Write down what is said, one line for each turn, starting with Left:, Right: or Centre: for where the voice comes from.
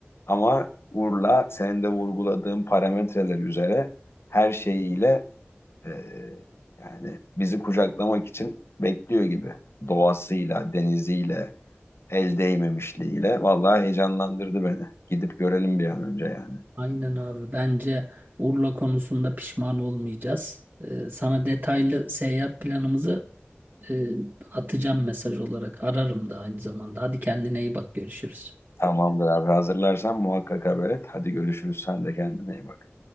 Left: Ama Urla senin de vurguladığın parametreler üzere her şeyiyle e, yani bizi kucaklamak için bekliyor gibi. Doğasıyla, deniziyle, el değmemişliğiyle. Vallahi heyecanlandırdı beni. Gidip görelim bir an önce yani.
Right: Aynen abi. Bence Urla konusunda pişman olmayacağız. Ee, sana detaylı seyahat planımızı e, atacağım mesaj olarak. Ararım da aynı zamanda. Hadi kendine iyi bak. Görüşürüz.
Left: Tamamdır abi hazırlarsan muhakkak haber et. Hadi görüşürüz sen de kendine iyi bak.